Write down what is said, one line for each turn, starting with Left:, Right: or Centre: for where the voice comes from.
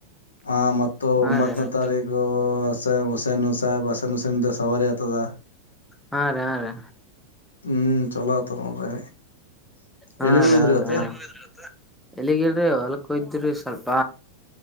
Left: ಆ ಮ
Centre: ಹಾ
Left: ಒಂಬತ್ತನೇ
Centre: ರೀ ಹಾ
Left: ತಾರೀಕು ಹಸೇನ್ ಹುಸೇನ್ ಸಾಹೇಬ್ ಹಸೇನ್ ಹುಸೇನ್ ಸವಾರಿ ಆತದ
Centre: ಹಾ ರೀ ಹಾ ರೀ
Left: ಹ್ಮ್ ಚಲೋ ಆತದ ನೋಡ್ರಿ
Centre: ಹಾ
Left: ಎಲ್ಲಿಗ್ ಹೋಗಿದ್ರಿ
Centre: ರೀ ಹೌದ
Left: ಇವತ್ತ
Centre: ಹ ಎಲ್ಲಿಗೆ ಹೇಳ್ರಿ ಹೊಲ್ಪ ಕೊದ್ರರು ಸ್ವಲ್ಪ